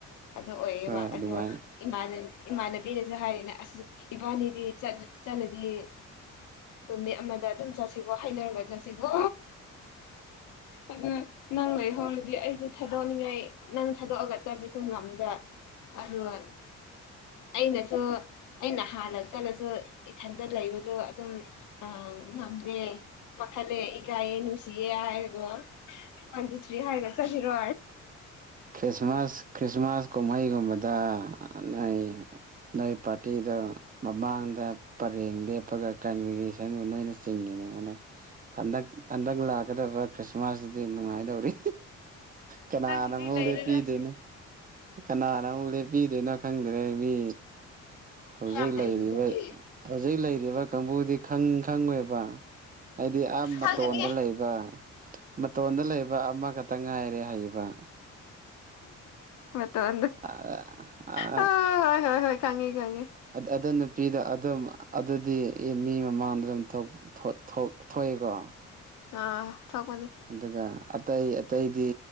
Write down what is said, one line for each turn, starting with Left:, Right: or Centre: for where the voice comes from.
Left: ꯑꯗꯨ ꯑꯣꯏꯌꯦꯕ
Right: ꯍꯣꯏ ꯑꯗꯨꯃꯥꯏꯅ
Left: ꯑꯗꯨ ꯏꯃꯥꯟꯅꯕꯤ ꯏꯃꯥꯟꯅꯕꯤꯗꯨꯗ ꯍꯥꯏꯔꯤꯅꯦ ꯑꯁ ꯏꯕꯥꯅꯤꯗꯤ ꯆꯠꯂꯗꯤ꯫ ꯅꯨꯃꯤꯠ ꯑꯃꯗ ꯑꯗꯨꯝ ꯆꯠꯁꯤꯒꯣ ꯍꯩꯅꯔꯒ ꯆꯠꯁꯤꯀꯣ꯫ ꯑꯗꯨ꯫ ꯅꯪ ꯂꯩꯍꯧꯔꯗꯤ ꯑꯩꯁꯨ ꯊꯥꯗꯣꯛꯅꯤꯡꯉꯥꯏ ꯅꯪ ꯊꯥꯗꯣꯛꯑꯒ ꯆꯠꯄꯁꯨ ꯉꯝꯗ꯫ ꯑꯗꯨꯒ ꯑꯩꯅꯁꯨ꯫ ꯑꯩꯅ ꯍꯥꯟꯅ ꯆꯠꯂꯁꯨ ꯏꯊꯟꯗ ꯂꯩꯕꯗꯣ ꯑꯗꯨꯝ ꯉꯝꯗꯦ꯫ ꯄꯥꯈꯠꯂꯦ ꯏꯀꯥꯏꯌꯦ ꯅꯨꯡꯁꯤꯌꯦ ꯍꯥꯏꯔꯒ ꯋꯥꯟ ꯇꯨ ꯊ꯭ꯔꯤ ꯍꯥꯏꯔꯒ ꯆꯠꯈꯤꯔꯣ꯫
Right: ꯈ꯭ꯔꯤꯁꯃꯥꯁ ꯈ꯭ꯔꯤꯁꯃꯥꯁ ꯀꯨꯝꯍꯩꯒꯨꯝꯕꯗ ꯅꯣꯏ꯫ ꯅꯣꯏ ꯄꯥꯔꯇꯤꯗꯣ ꯃꯃꯥꯡꯗ ꯄꯔꯦꯡ ꯂꯦꯞꯄꯒ ꯀꯪꯒ꯭ꯔꯦꯒꯦꯁꯟꯕꯨ ꯅꯣꯏꯅ꯫ ꯆꯤꯡꯉꯤꯅꯦ ꯑꯗꯨ ꯍꯟꯗꯛ ꯍꯟꯗꯛ ꯂꯥꯛꯀꯗꯕ꯫ ꯈ꯭ꯔꯤꯁꯃꯥ ꯁꯇꯗꯤ ꯅꯨꯡꯉꯥꯏꯗꯧꯔꯤ ꯀꯟꯅꯅ꯫
Left: ꯍꯟꯗꯛꯀꯤꯗꯤ
Right: ꯑꯃꯨꯛ
Left: ꯂꯩꯔꯔꯣꯏ
Right: ꯂꯦꯞꯄꯤꯗꯣꯏꯅꯣ
Left: ꯁꯤ
Right: ꯀꯅꯥꯅ ꯑꯃꯨꯛ ꯂꯦꯞꯄꯤꯗꯣꯏꯅꯣ ꯈꯪꯗ꯭ꯔꯦ ꯃꯤ꫰꫰ ꯍꯧꯖꯤꯛ
Left: ꯌꯥꯝ ꯂꯩꯔꯤꯗꯨꯗꯤ
Right: ꯂꯩꯔꯤꯕ꯫ ꯍꯧꯖꯤꯛ ꯂꯩꯔꯤꯕ ꯀꯥꯡꯕꯨꯗꯤ ꯈꯪ ꯈꯪꯉꯣꯏꯕ ꯍꯥꯏꯗꯤ ꯑ ꯃꯇꯣꯟꯗ
Left: ꯈꯪꯒꯅꯤ
Right: ꯂꯩ ꯕ ꯃꯇꯣꯟꯗ ꯂꯩꯕ ꯑꯃꯈꯛꯇ ꯉꯥꯏꯔꯦ ꯍꯥꯏꯌꯦꯕ꯫
Left: ꯃꯇꯣꯟꯗ꯫
Right: <unintelligible>
Left: ꯑ ꯍꯣꯏ ꯍꯣꯏ ꯈꯪꯉꯦ ꯈꯪꯉꯦ꯫
Right: ꯑꯗꯨ ꯅꯨꯄꯤꯗꯣ ꯑꯗꯨꯝ ꯑꯗꯨꯗꯤ ꯃꯤ ꯃꯃꯥꯡꯗ ꯑꯗꯨꯝ ꯊꯣꯛ꯫ ꯊꯣ ꯊꯣ ꯊꯣꯛꯑꯦꯀꯣ꯫
Left: ꯑꯥ ꯊꯣꯛꯄꯅꯤ꯫
Right: ꯑꯗꯨꯒ ꯑꯇꯩ ꯑꯇꯩꯗꯤ